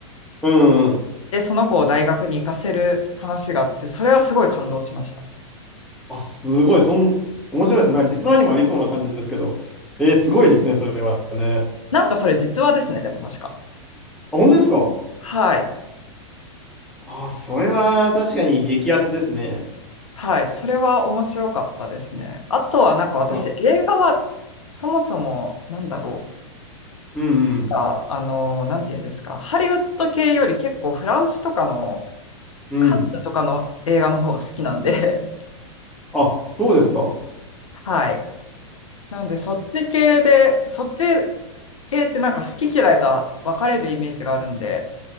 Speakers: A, in the centre; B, on the left.
A: うんうん。
B: で、その子を大学に行かせる話があって、それはすごい感動しました。
A: あ、すごい。そん、面白いですね。なんか実話にもありそうな感じですけど。えー、すごいですね、それはね。
B: なんかそれ実話ですね、でも確か。
A: あ、本当ですか
B: はい。
A: あ、それは確かに激アツですね。
B: はい。それは面白かったですね。あとはなんか私、
A: あ
B: 映画はそもそもなんだろう。
A: うんうん
B: か、あの、なんて言うんですか、ハリウッド系より結構フランスとかの、
A: うん。
B: カンヌとかの映画の方が好きなんで、
A: あ、そうですか。
B: <laughs> はい。なんで、そっち系で、そっち系ってなんか好き嫌いが分かれるイメージがあるんで、